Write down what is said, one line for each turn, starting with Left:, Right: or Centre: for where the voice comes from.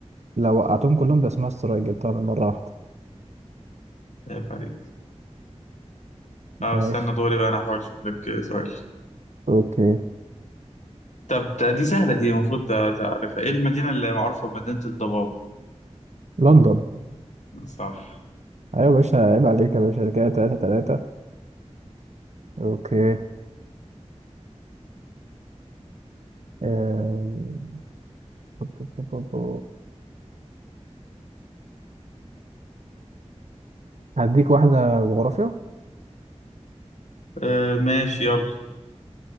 Right: لو وقعتهم كلهم بيبقى اسمها سترايك جبتها من مرة واحدة
Left: عيب عليك اه
Right: ماشي
Left: استنى دوري بقى أنا هحاول أشوف لك سؤال
Right: اوكي
Left: طب ده- دي سهلة دي المفروض ده ده عارفها ايه المدينة اللي معروفة بمدينة الضباب
Right: لندن
Left: صح
Right: ايوه يا باشا عيب عليك يا باشا ده كده تلاتة تلاتة اوكي آم، بو- بو- بو- بو- بو. هديك واحدة جغرافيا
Left: آه ماشي يلا